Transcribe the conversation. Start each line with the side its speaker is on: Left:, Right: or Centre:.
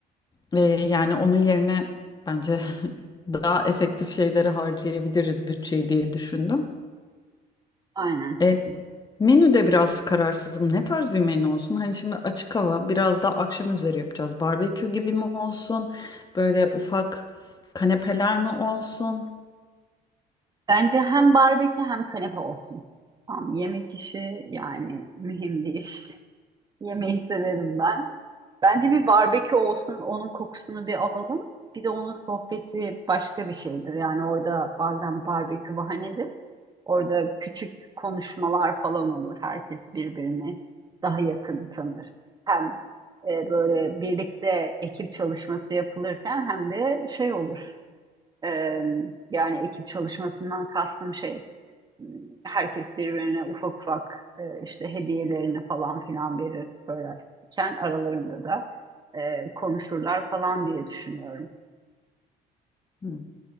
Left: E, yani onun yerine bence <laughs> daha efektif şeyleri harcayabiliriz bütçeyi diye düşündüm.
Right: Aynen.
Left: E, Menüde biraz kararsızım. Ne tarz bir menü olsun? Hani şimdi açık hava biraz daha akşam üzeri yapacağız. Barbekü gibi mi olsun? Böyle ufak kanepeler mi olsun?
Right: Bence hem barbekü hem kanepe olsun. Tam yemek işi yani mühim bir iş. <laughs> Yemeği severim ben. Bence bir barbekü olsun, onun kokusunu bir alalım. Bir de onun sohbeti başka bir şeydir. Yani orada bazen barbekü bahanedir. Orada küçük konuşmalar falan olur. Herkes birbirini daha yakın tanır. Hem e, böyle birlikte ekip çalışması yapılırken hem de şey olur. Ee, yani ekip çalışmasından kastım şey, herkes birbirine ufak ufak e, işte hediyelerini falan filan verir böyleyken aralarında da e, konuşurlar falan diye düşünüyorum.
Left: Hmm.